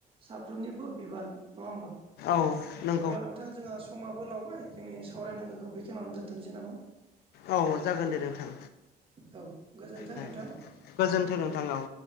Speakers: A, on the right (about 30°); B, on the left (about 70°).
A: साफ्रोमनिबो बिबान, नङा होमबा?
B: औ नों
A: अब्ला नोंथां जोंहा समाबो लावबाय जोंनि सावरायनांगौखौ बेखिनियावनो दोन्थ'नोसै नामा?
B: औ जागोन दे नोंथां
A: औ गोजोन्थों
B: दे
A: नोंथां।
B: गोजोन्थों नोंथां औ।